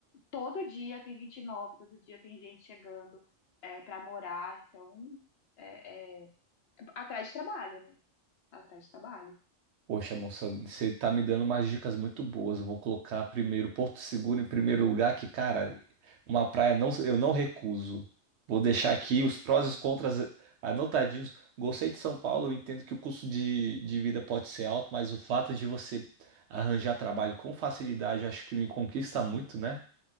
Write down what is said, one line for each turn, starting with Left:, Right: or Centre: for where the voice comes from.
Left: Todo dia tem gente nova, todo dia tem gente chegando é, para morar. Então, é, é, atrás de trabalho, né? Atrás de trabalho.
Right: poxa, moça, você tá me dando umas dicas muito boas. Eu vou colocar primeiro Porto Seguro em primeiro lugar, que, cara, uma praia não, eu não recuso. Vou deixar aqui os prós e os contras anotadinhos. Gostei de São Paulo, eu entendo que o custo de, de vida pode ser alto, mas o fato de você arranjar trabalho com facilidade, acho que me conquista muito, né?